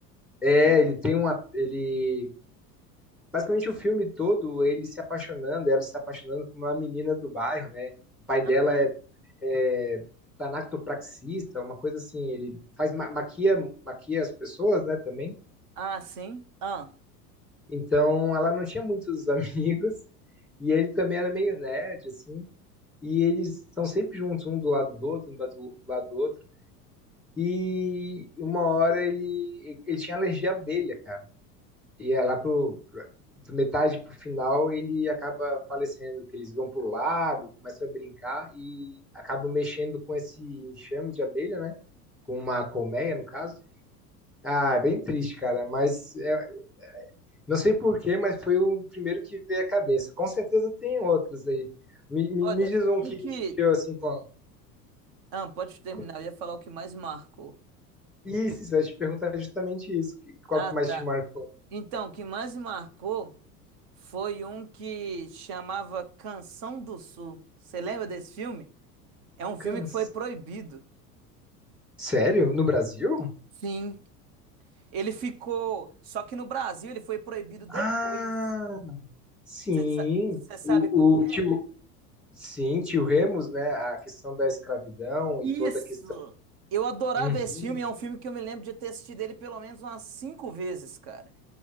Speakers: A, in the centre; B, on the right (about 50°).
A: É,
B: Uh,
A: ele tem uma, ele basicamente o filme todo ele se apaixonando, ela se apaixonando por uma menina do bairro, né? O pai dela
B: aham.
A: é é, tanactopraxista, uma coisa assim, ele faz ma- maquia, maquia as pessoas, né, também.
B: Ah, sim. Ah,
A: Então, ela não tinha muitos <laughs> amigos e ele também era meio nerd, assim. E eles estão sempre juntos, um do lado do outro, um do lado do lado do outro. E uma hora ele, ele tinha alergia à abelha, cara. e é lá pro, pra- do metade pro final ele acaba falecendo, que eles vão pro lago, começam a brincar e acabam mexendo com esse enxame de abelha, né? Com uma colmeia, no caso. Ah, é bem triste, cara, mas é, não sei por quê, mas foi o primeiro que veio à cabeça. Com certeza tem outros aí. Me, me,
B: olha,
A: me diz um que
B: um que.
A: mexeu assim com.
B: Ah, pode terminar,
A: com-
B: eu ia falar o que mais marcou.
A: Isso, eu ia te perguntar justamente isso. que- Qual
B: Ah,
A: que mais
B: tá.
A: te marcou?
B: Então, o que mais me marcou foi um que chamava Canção do Sul. Você lembra desse filme? É um filme
A: Cans.
B: que foi proibido.
A: Sério? No Brasil?
B: Sim. Ele ficou. Só que no Brasil ele foi proibido depois.
A: Ah, Sim,
B: Você sa- você sabe
A: o,
B: qual que
A: o tio,
B: é?
A: sim, tio Remus, né? A questão da escravidão
B: Isso!
A: e toda a questão.
B: Eu adorava
A: Uhum,
B: esse filme, é um filme que eu me lembro de ter assistido ele pelo menos umas cinco vezes, cara.